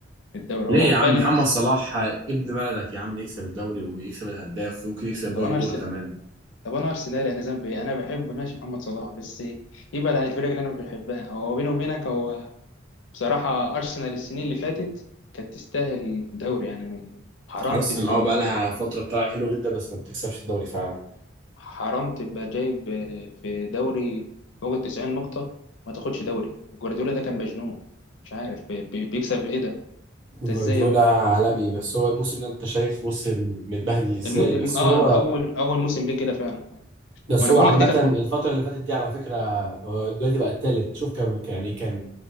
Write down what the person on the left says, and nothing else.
في الدوري
هو
فعلا
طب انا ارسنال
طب انا ارسنالي انا ذنبي ايه انا بحب ماشي محمد صلاح بس إيه؟ يبعد عن الفرق اللي انا مش بحبها هو بيني وبينك هو بصراحة أرسنال السنين اللي فاتت كانت تستاهل دوري يعني حرام
تبقى
حرام تبقى جايب في دوري فوق التسعين نقطة ما تاخدش دوري جوارديولا ده كان مجنون مش عارف بي- بي- بيكسب إيه ده أنت
إزاي يا ابني؟
الم... الم...
آه
أول أول موسم ليه كده فعلا
ما أنا
بقول
لك دي كانت
فرصة